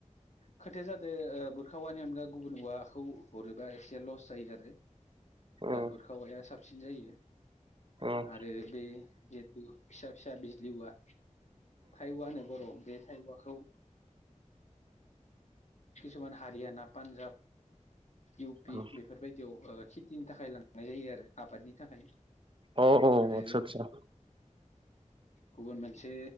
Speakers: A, on the left; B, on the right.
A: खोथाया जादों बुरखा औवानि अनगा गुबुन औवाखौ हरोबा एसे लस जायो आरो
B: उम
A: बुरखा औवाया साबसिन जायो
B: उम
A: आरो बे जेहे थु फिसा फिसा बिजलि औवा थाइ औव होनानो बर' बे थाइ औवाखौ किसुमान हारियाना पान्जाब इउ
B: उम
A: पि बेफोरबायदियाव खेथिनि थाखाय लांनाय जायो आरो आबादनि थाखाय
B: अ अ
A: आरो
B: आतसा आतसा
A: गुबुन मोनसे